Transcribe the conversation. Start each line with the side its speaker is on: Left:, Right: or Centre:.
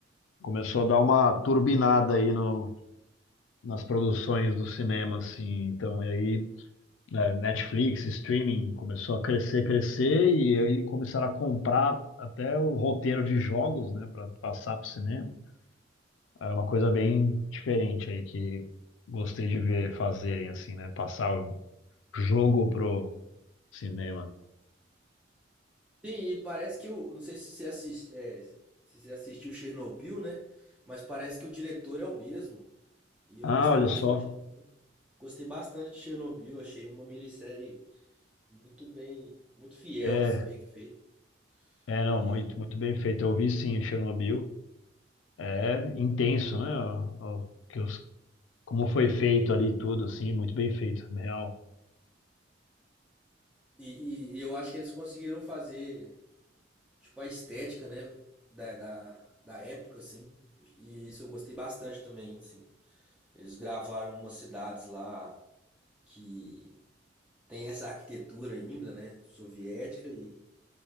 Left: começou a dar uma turbinada aí no, nas produções do cinema, assim, então, e aí é, Netflix, streaming começou a crescer, crescer, e aí começaram a comprar até o roteiro de jogos, né, para passar para o cinema. É uma coisa bem diferente aí que gostei de ver fazerem assim, né, passar o jogo pro cinema.
Centre: Sim, e parece que o. Não sei se você assist, é, se você assistiu Chernobyl, né? Mas parece que o diretor é o mesmo. E eu
Left: Ah,
Centre: gostei
Left: olha
Centre: bastante
Left: só.
Centre: também. Gostei bastante de Chernobyl, achei uma minissérie muito bem, muito fiel,
Left: É,
Centre: assim, bem feita.
Left: é não,
Centre: E,
Left: muito, muito bem feito. Eu vi sim Chernobyl. É intenso, né? o- o- que os- como foi feito ali tudo, assim, muito bem feito, real.
Centre: e, e eu acho que eles conseguiram fazer Tipo, a estética, né? Da, da, da época, assim. E isso eu gostei bastante também, assim. Eles gravaram umas cidades lá que tem essa arquitetura ainda, né? Soviética e